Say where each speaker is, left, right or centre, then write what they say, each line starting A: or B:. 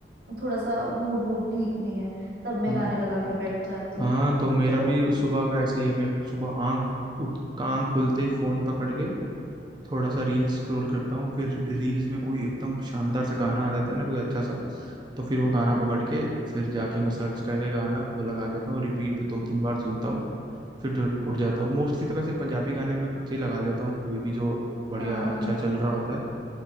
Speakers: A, on the right; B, on the right.
A: थोड़ा सा मूड वूड ठीक नहीं है तब मैं
B: हम्म
A: गाने लगा के बैठ जाती
B: हाँ
A: हूँ
B: तो मेरा
A: तो
B: भी सुबह का ऐसे ही है मैं सुबह आंख उठ आंख खुलते ही फोन पकड़ के थोड़ा सा रील्स स्क्रॉल करता हूँ फिर रील्स में कोई एकदम शानदार सा गाना आ जाता है ना कोई अच्छा सा तो फिर वो गाना
A: हाँ
B: पकड़ के फिर जाके मैं सर्च करके गाना वो लगा लेता हूँ रिपीट पे दो तीन बार सुनता हूँ फिर जो उठ जाता हूँ मोस्टली तो वैसे पंजाबी गाने मैं खुद से ही लगा लेता हूँ कोई भी जो बढ़िया
A: हाँ
B: अच्छा
A: हाँ
B: चल रहा होता है